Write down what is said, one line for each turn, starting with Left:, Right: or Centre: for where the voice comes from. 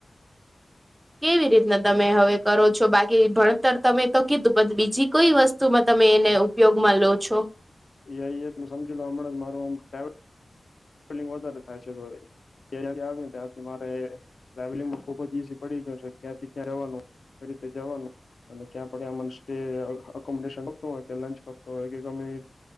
Right: કેવી રીતના તમે, હવે કરો છો? બાકી ભણતર તમે તો કીધું પણ બીજી કોઈ વસ્તુમાં તમે એને ઉપયોગમાં લો છો?
Left: એ. આઇ એલું સમજી લો, અએમના જ મારે ટ્રાય ફૂલિંગ વધારે થાય છે, તેથી આવે ને ત્યાંથી મારે ટ્રાવેલિંગમાં ખુબ જ ઈઝી પડી ગયો છે, ક્યાં થી ક્યાં રહેવાનું કઈ રીતે જવાનું. અને ક્યાં ક્યાં મને સ્ટેસ અકોમોડેશન આપત હોય કે, લંચ કપતો હોય કે, ગમે એ